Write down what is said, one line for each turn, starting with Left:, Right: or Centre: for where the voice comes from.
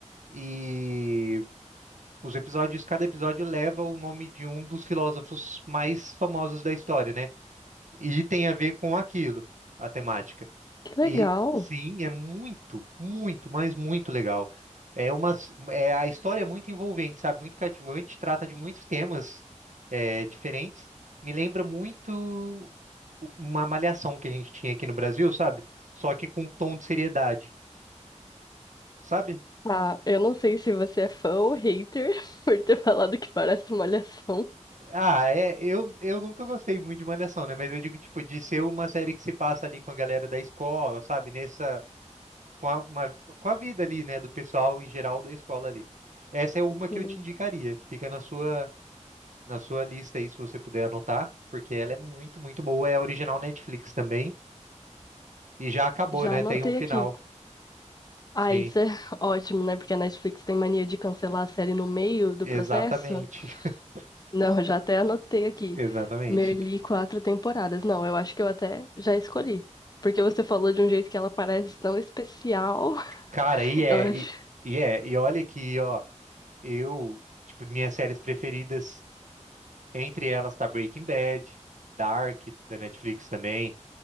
Right: e os episódios, cada episódio leva o nome de um dos filósofos mais famosos da história, né? E tem a ver com aquilo, a temática.
Left: Que legal.
Right: E sim, é muito, muito, mas muito legal. É uma, é, a história é muito envolvente, sabe? Muito cativante, trata de muitos temas é, diferentes. Me lembra muito uma malhação que a gente tinha aqui no Brasil, sabe? Só que com um tom de seriedade, sabe?
Left: Ah, eu não sei se você é fã ou hater <laughs> por ter falado que parece uma malhação.
Right: Ah, é, eu, eu nunca gostei muito de malhação, né? Mas eu digo, tipo, de ser uma série que se passa ali com a galera da escola, sabe? Nessa com a, uma- com a vida ali, né, do pessoal em geral da escola ali. Essa é uma
Left: Sim.
Right: que eu te indicaria. Fica na sua na sua lista aí se você puder anotar, porque ela é muito, muito boa, é original Netflix também e já acabou,
Left: Já
Right: né?
Left: anotei
Right: Tem um final.
Left: aqui. Ah,
Right: Sim,
Left: isso é <laughs> ótimo, né? Porque a Netflix tem mania de cancelar a série no meio do
Right: exatamente.
Left: processo.
Right: <laughs>
Left: Não, já até anotei aqui.
Right: Exatamente.
Left: Merli, quatro temporadas. Não, eu acho que eu até já escolhi. Porque você falou de um jeito que ela parece tão especial.
Right: Cara,
Left: <laughs>
Right: e é
Left: Eu acho.
Right: e, e é, e olha que, ó, eu, tipo, minhas séries preferidas, entre elas tá Breaking Bad, Dark da Netflix também,